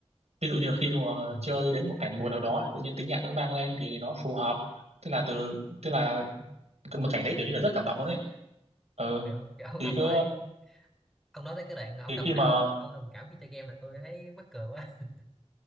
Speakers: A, on the right; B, in the centre.
A: ví dụ như khi mà
B: ừ.
A: chơi đến một cảnh buồn nào đó thì tự nhiên tiếng nhạc nó vang lên thì nó phù hợp thế là từ thế là một cảnh đấy kiểu như là rất cảm động luôn đấy ừ
B: kiểu, kiểu ông,
A: thì
B: ông
A: cứ
B: nói ông nói tới cái đoạn ông
A: thì
B: đồng
A: khi mà
B: cảm ông đồng cảm khi chơi game là tôi thấy mắc cười quá <laughs>